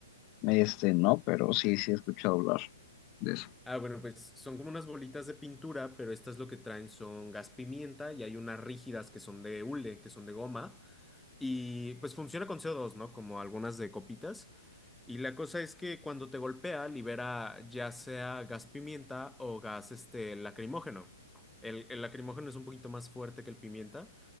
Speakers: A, on the left; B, in the centre.
A: Este, no, pero sí, sí he escuchado hablar de eso.
B: Ah, bueno, pues son como unas bolitas de pintura, pero estas lo que traen son gas pimienta y hay unas rígidas que son de hule, que son de goma. Y pues funciona con co dos ¿no? Como algunas de copitas. Y la cosa es que cuando te golpea, libera ya sea gas pimienta o gas este, lacrimógeno. El, el lacrimógeno es un poquito más fuerte que el pimienta.